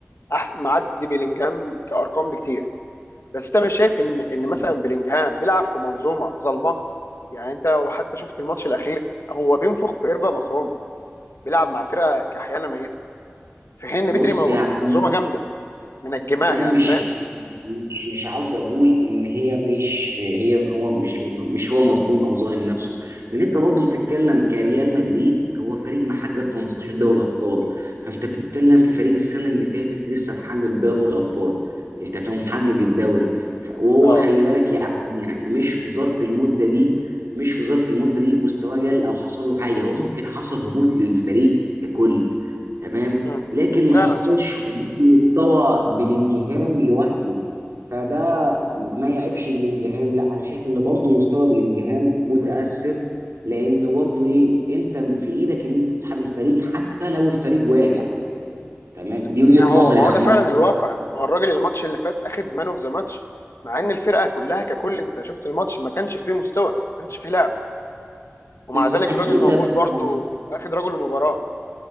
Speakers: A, on the left; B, on the right.
A: احسن معدي بيلينجهام كارقام بكتير بس انت مش شايف ان ان مثلا
B: <laughs>
A: بيلينجهام بيلعب في منظومه ظلمه يعني انت لو حتى شفت الماتش الاخير هو بينفخ في قربه مخروم بيلعب مع فرقه كحيانه ميته في حين ان
B: بص
A: بدري موجود
B: يعني
A: في منظومه جامده منجماه
B: انا
A: يعني
B: مش
A: فاهم
B: مش مش عاوز اقول ان هي مش هي هو مش مش هو مظلوم او ظالم نفسه لان انت برضه بتتكلم كريال مدريد هو فريق محقق 15 دوري ابطال فانت بتتكلم في فريق السنه اللي فاتت لسه محقق دوري ابطال انت فاهم محقق الدوري ف- وهو
A: اه
B: خلي بالك يعني يعني مش في ظرف المده دي مش في ظرف المده دي مستواه قل او حصل له حاجه هو ممكن حصل هبوط للفريق ككل تمام
A: امم
B: لكن ما
A: فعلا
B: حصلش
A: صح
B: هبوط مستوى بلينجهام لوحده فده ما يعيبش بلينجهام لا انا شايف ان برضه مستوى بلينجهام متاثر لان برضه ايه انت في ايدك ان انت تسحب الفريق حتى لو الفريق واجع تمام دي
A: ما
B: وجهه
A: هو
B: نظري
A: ما هو
B: عامه
A: ده فعلا الواقع ما هو الراجل الماتش اللي فات اخد مان اوف ذا ماتش مع ان الفرقه كلها ككل انت شفت الماتش ما كانش فيه مستوى ما كانش فيه لعب ومع
B: بالظبط
A: ذلك
B: اكيد
A: الراجل موجود
B: لما
A: برضو اخد رجل المباراه